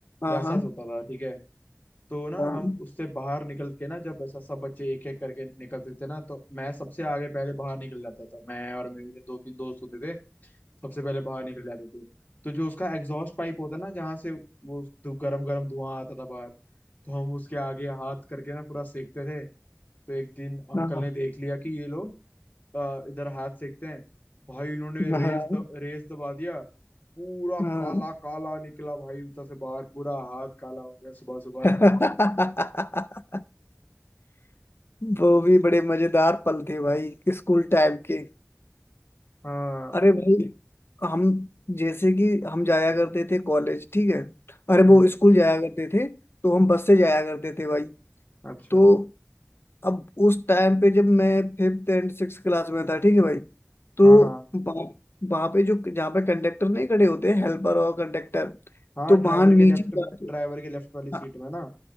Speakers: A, on the left (about 35°); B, on the left (about 55°).
A: वैसा
B: हाँ
A: होता था ठीक है तो ना
B: हाँ
A: हम उससे बाहर निकल के ना जब ऐसा सब बच्चे एक एक करके निकलते थे ना तो मैं सबसे आगे पहले बाहर निकल जाता था मैं और मेरे दो तीन दोस्त होते थे सबसे पहले बाहर निकल जाते थे तो जो उसका एग्जॉस्ट पाइप होता ना जहाँ से वो धु- गरम गरम धुआं आता था बाहर तो हम उसके आगे हाथ करके ना पूरा सेकते थे तो एक दिन अंकल
B: हाँ
A: ने देख लिया कि ये लोग अ, इधर हाथ सेकते हैं भाई उन्होंने रेस
B: हाँ,
A: द, रेस दबा दिया पूरा
B: हाँ।
A: काला काला निकला भाई उधर से बाहर पूरा हाथ काला हो गया सुबह सुबह
B: <laughs> वो भी बड़े मजेदार पल थे भाई स्कूल टाइम के
A: हाँ
B: अरे भाई हम जैसे कि हम जाया करते थे कॉलेज ठीक है अरे
A: हम्म
B: वो स्कूल जाया करते थे तो हम बस से जाया करते थे भाई
A: अच्छा
B: तो अब उस टाइम पे जब मैं फिफ्थ एंड सिक्स क्लास में था ठीक है भाई तो
A: हाँ हाँ
B: वहाँ हम्म, वहाँ पे जो जहाँ पे कंडक्टर नहीं खड़े होते हेल्पर और कंडक्टर
A: हाँ
B: तो
A: ड्राइवर
B: वहाँ नीचे
A: के लेफ्ट
B: जा-
A: ड्राइवर के लेफ्ट वाली सीट
B: हाँ
A: में ना